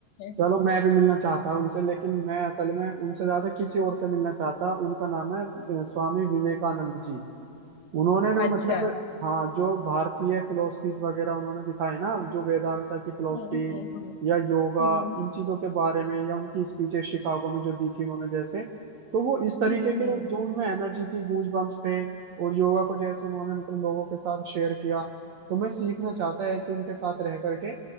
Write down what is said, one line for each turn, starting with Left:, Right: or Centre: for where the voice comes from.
Left: <laughs>
Right: चलो मैं भी मिलना चाहता हूँ उनसे लेकिन मैं असल में उनसे ज्यादा किसी और से मिलना चाहता उनका नाम है अ, स्वामी विवेकानंद जी उन्होंने जो
Left: अच्छा
Right: मतलब हाँ जो भारतीय फिलोसफीज वगैरह उन्होंने दिखाए ना जो वेदांता की फिलोसफीज
Left: हम्म हम्म
Right: या योगा
Left: हम्म
Right: इन चीजों के बारे में या उनकी स्पीचेस शिकागो में जो दी थी उन्होंने जैसे तो वो इस तरीके
Left: हम्म हम्म,
Right: के जो उनमें एनर्जी थी गूज बम्प्स थे और योगा को जैसे उन्होंने मतलब लोगों के साथ शेयर किया तो मैं सीखना चाहता ऐसे उनके साथ रह करके